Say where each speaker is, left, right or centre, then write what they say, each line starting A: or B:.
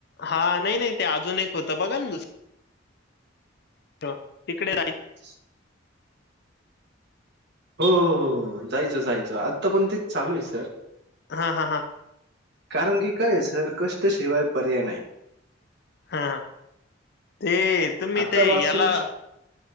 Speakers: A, on the left (about 55°); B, on the right (about 60°).
A: हां, नाही नाही ते अजून एक होतं बघा ना दुसरं हो तिकडे <unintelligible>
B: <inaudible> हो.. हो.. हो.. जायचं.. जायचं आत्ता पण तेच चालू आहे सर
A: हा हा हा.
B: कारण की कायच सर कष्टशिवाय पर्याय नाही.
A: हा ते तुम्ही
B: आत्तापासून
A: ते याला.
B: श